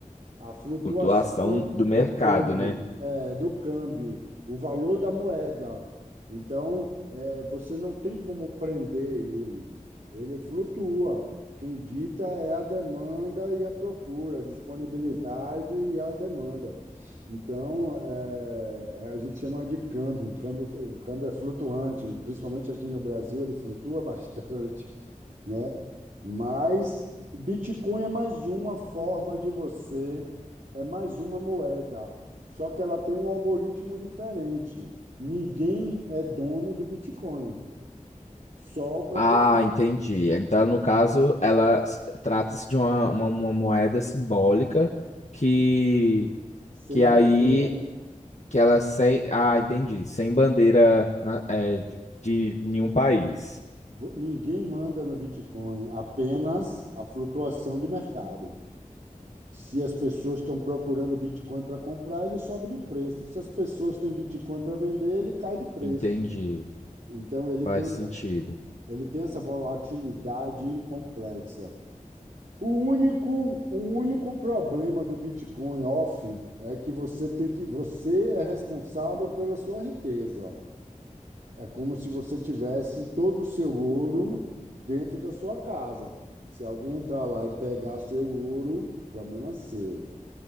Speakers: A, on the right; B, on the left.
A: A flutuação
B: Flutuação do
A: do
B: mercado,
A: câmbio,
B: né?
A: é, do câmbio, o valor da moeda. Então, é, você não tem como prender ele. Ele flutua. Quem dita é a demanda e a procura, a disponibilidade e a demanda. Então, é, é, a gente chama de câmbio. O câmbio, o câmbio é flutuante, principalmente aqui no Brasil, ele flutua <laughs> bastante né? Mas Bitcoin é mais uma forma de você, é mais uma moeda, só que ela tem um algoritmo diferente. Ninguém é dono do Bitcoin, só o próprio,
B: Ah, entendi. Então, no caso, ela se- trata-se de uma, uma, uma moeda simbólica que,
A: sem
B: que
A: bandeira.
B: aí que ela sem. Ah, entendi. Sem bandeira na- é, de, de nenhum país.
A: Vo- Ninguém manda no Bitcoin, apenas a flutuação de mercado. Se as pessoas estão procurando Bitcoin para comprar, ele sobe de preço. Se as pessoas têm Bitcoin para vender, ele cai de preço.
B: Entendi.
A: Então, ele
B: Faz
A: tem
B: sentido.
A: Ele tem essa volatilidade complexa. O único, o único problema do Bitcoin off é que você tem que, você é responsável pela sua riqueza. É como se você tivesse todo o seu ouro dentro da sua casa. Se alguém entrar lá e pegar seu ouro, problema seu.